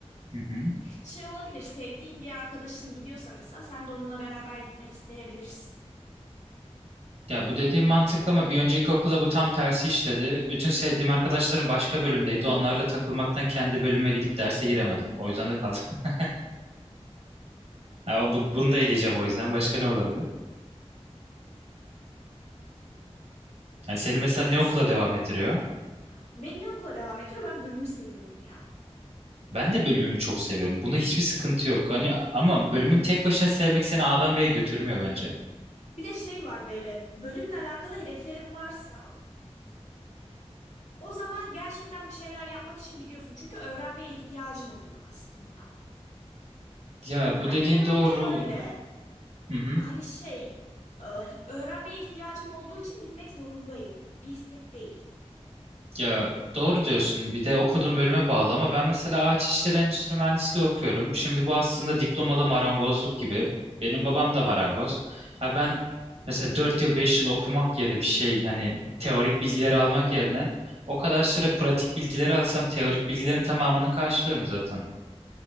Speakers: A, on the right (about 65°); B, on the left (about 80°).
A: Hı hı.
B: Şey olabilir, sevdiğin bir arkadaşın gidiyorsa mesela sen de onunla beraber gitmek isteyebilirsin.
A: Ya bu dediğim mantıklı ama bir önceki okula bu tam tersi işledi. Bütün sevdiğim arkadaşlarım başka bölümdeydi. Onlarla takılmaktan kendi bölüme gidip derse giremedim. O yüzden de kaldım. <laughs> Ya o- bu, bunu da eleyeceğim o yüzden. Başka ne olabilir? Yani seni mesela ne
B: Düşünüyorum.
A: okula devam ettiriyor?
B: Beni ne okula devam ettiriyor? Ben bölümü seviyorum ya.
A: Ben de bölümümü çok seviyorum. Bunda hiçbir sıkıntı yok. Hani ama bölümün tek başına sevmek seni A'dan B'ye götürmüyor bence.
B: Bir de şey var böyle bölümle alakalı hedeflerin varsa o zaman gerçekten bir şeyler yapmak için gidiyorsun. Çünkü öğrenmeye ihtiyacın oluyor aslında.
A: Ya bu
B: Ben
A: dediğin
B: de genellikle
A: doğru.
B: böyle
A: Hı hı.
B: hani şey e, öğrenmeye ihtiyacım olduğu için gitmek zorundayım. Bir istek değil.
A: Ya doğru diyorsun. Bir de okuduğum bölüme bağlı ama ben mesela ağaç işleri endüstri mühendisliği okuyorum. Şimdi bu aslında
B: Hı hı.
A: diplomalı marangozluk gibi. Benim babam da marangoz. Ha ben
B: Hı hı.
A: mesela 4 yıl 5 yıl okumak yerine bir şey hani teorik bilgileri almak yerine o kadar süre pratik bilgileri alsam teorik bilgilerin tamamını karşılıyorum zaten.